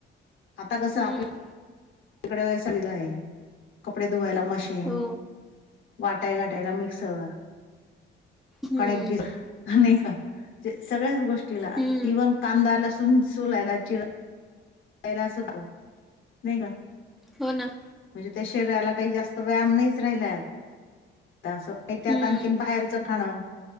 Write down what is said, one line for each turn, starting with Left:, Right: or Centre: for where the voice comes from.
Left: आता कस
Centre: हम्म
Left: आपल्या कडे सुविधा आहे, कपडे धुवायला मशीन
Centre: हो
Left: वाटाय घाटायला, मिक्सर.
Centre: हम्म
Left: कणीक भिजवायला, नाही का? म्हणजे सगळ्याच गोष्टीला,
Centre: हम्म
Left: इव्हन कांदाला लसुन, सोलायला चिर यायला सद्ध नाही का?
Centre: हो ना.
Left: म्हणजे त्या शरीराला काही जास्त व्यायाम नाहीच राहिला आता, असं. त्यात
Centre: हम्म
Left: आणखीन बाहेरचं खाणं,